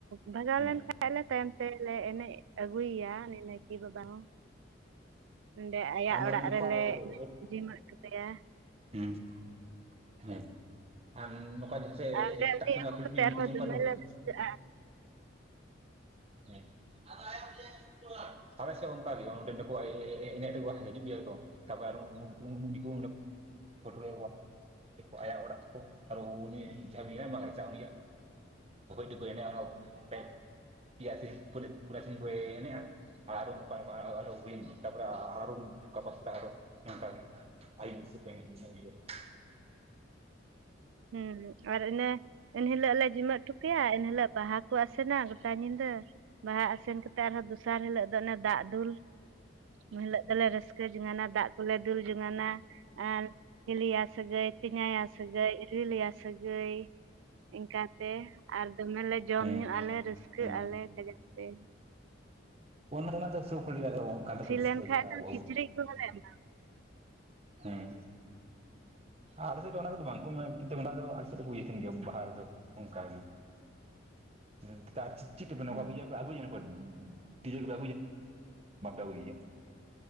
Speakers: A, on the right (about 75°); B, on the right (about 30°).
A: ᱵᱷᱟᱜᱟᱣ
B: ᱦᱮᱸ
A: ᱞᱮᱱᱠᱷᱟᱱ ᱟᱞᱮ ᱛᱟᱭᱚᱢ ᱛᱮᱞᱮ ᱮᱱᱮᱡ ᱟᱹᱜᱩᱭᱮᱭᱟ ᱱᱟᱭᱠᱮ ᱵᱟᱵᱟ ᱦᱚᱸ᱾ ᱚᱸᱰᱮ ᱟᱭᱟᱜ
B: ᱟᱨ ᱱᱚᱜᱼᱚ
A: ᱚᱲᱟᱜ
B: ᱱᱚᱝᱠᱟ
A: ᱨᱮᱞᱮ
B: ᱦᱮᱸ
A: ᱡᱤᱢᱟᱹ ᱚᱴᱚᱠᱟᱭᱟ᱾
B: <unintelligible> ᱦᱮᱸ ᱟᱨ ᱱᱚᱝᱠᱟ ᱡᱟᱦᱟᱸ
A: ᱟᱨ ᱚᱸᱰᱮ
B: ᱮᱴᱟᱜ
A: ᱩᱱᱤ
B: ᱥᱮᱲᱤ
A: ᱟᱹᱜᱩ ᱠᱟᱛᱮᱫ
B: ᱩᱱᱠᱩ
A: ᱟᱨᱦᱚᱸ
B: ᱫᱚ ᱚᱱᱠᱟ ᱫᱚ <inaudible>
A: <unintelligible>
B: <unintelligible> ᱟᱞᱮ ᱥᱮᱫ ᱚᱱᱠᱟ ᱜᱮ ᱚᱸᱰᱮᱱ ᱫᱚᱠᱚ ᱮᱱᱮᱡ ᱨᱮᱠᱚ ᱦᱤᱡᱩᱜ ᱜᱮᱭᱟ ᱠᱚ᱾ ᱛᱟᱯᱚᱨ ᱟᱨ ᱩᱱᱠᱩ ᱩᱱᱠᱩ <unintelligible> <unintelligible> ᱟᱭᱟᱜ ᱚᱲᱟᱜ ᱠᱚ ᱟᱨ ᱩᱱᱤ ᱡᱟᱦᱟᱸ ᱵᱟᱝ ᱩᱱᱤᱟᱜ ᱫᱚᱯ <unintelligible> ᱮᱱᱟ ᱯ <unintelligible> ᱯᱤᱭᱟ ᱥᱤᱢ ᱯᱩᱭᱞᱩ ᱯᱩᱨᱟᱹ ᱥᱤᱢ ᱠᱚ ᱮᱱᱮᱡ ᱟ ᱾ ᱟᱨ ᱦᱚᱸ ᱱᱚᱝᱠᱟ ᱱᱚᱝᱠᱟ ᱜᱮ ᱠᱩᱠᱞᱤᱝ ᱢᱮ ᱛᱟᱨᱯᱚᱨᱮ ᱟᱨ ᱦᱚᱸ ᱜᱟᱯᱟ ᱥᱛᱟᱜ ᱝᱠᱟ ᱜᱮ <unintelligible> ᱟᱭ ᱵ ᱠᱟᱹ <unintelligible>
A: ᱦᱮᱸ ᱟᱨ ᱤᱱᱟᱹ ᱮᱱᱦᱤᱞᱚᱜ ᱞᱮ ᱡᱤᱢᱟᱹᱜ ᱦᱚᱴᱚ ᱠᱮᱭᱟ, ᱮᱱᱦᱤᱞᱚᱜ ᱵᱟᱦᱟ ᱠᱚ ᱟᱥᱮᱱᱟ ᱜᱚᱴᱟ ᱧᱤᱫᱟᱹ ᱵᱟᱦᱟ ᱟᱥᱮᱱ ᱠᱟᱛᱮᱜ ᱟᱨᱦᱚᱸ ᱫᱚᱥᱟᱨ ᱦᱤᱞᱳ ᱫᱚ ᱚᱱᱮ ᱫᱟᱜ ᱫᱩᱞ, ᱩᱱ ᱦᱤᱞᱚᱜ ᱫᱚᱞᱮ ᱨᱟᱹᱥᱠᱟᱹ ᱡᱚᱝᱟᱱᱟ ᱫᱟᱜ ᱠᱚᱞᱮ ᱫᱩᱞ ᱡᱚᱝᱟᱱᱟ᱾ ᱟᱨ ᱦᱤᱞᱤᱭᱟ ᱥᱟᱹᱜᱟᱹᱭ, ᱛᱮᱧᱟᱭᱟ ᱥᱟᱹᱜᱟᱹᱭ᱾ ᱦᱤᱞᱮᱭᱟ ᱥᱟᱹᱜᱟᱹᱭ ᱤᱱᱠᱟᱛᱮ ᱟᱨ ᱫᱚᱢᱮ ᱞᱮ ᱡᱚᱢ
B: ᱦᱮᱸ
A: ᱧᱩ ᱟᱞᱮ ᱨᱟᱹᱥ ᱨᱤᱠᱟᱹᱜ
B: ᱦᱮᱸ
A: ᱟᱞᱮ ᱠᱟᱡᱟᱠ ᱛᱮ, ᱦᱮᱸ
B: ᱚᱱᱟ ᱨᱮᱱᱟᱜ ᱫᱚ <unintelligible> ᱚᱱᱠᱟ ᱫᱚ ᱠᱚ <unintelligible>
A: ᱞᱮᱱᱠᱷᱟᱡ ᱫᱚ ᱠᱤᱪᱨᱤᱡ ᱠᱚᱦᱚᱸᱞᱮ ᱮᱢᱟ
B: ᱦᱮᱸ ᱟᱞᱮ ᱥᱮᱫ ᱚᱱᱟ ᱠᱚᱫᱚ ᱵᱟᱝ ᱠᱩ ᱢᱮᱱ, ᱠᱤᱱᱛᱩ ᱢᱮᱱᱟᱜ ᱟᱥᱮ ᱵᱟᱝ ᱟᱞᱮ ᱥᱮᱫ ᱫᱚ ᱵᱩᱡ ᱮᱫ ᱛᱟᱦᱮ ᱜᱤᱭᱟ ᱵᱟᱦᱟ ᱨᱮᱫᱚ ᱾ ᱚᱱᱠᱟ ᱜᱮ <unintelligible> ᱪᱮᱫ ᱛᱮᱯᱮ <unintelligible>
A: ᱦᱩᱸ
B: <unintelligible> ᱵᱟᱯᱮ ᱟᱜᱩ ᱮᱭᱟ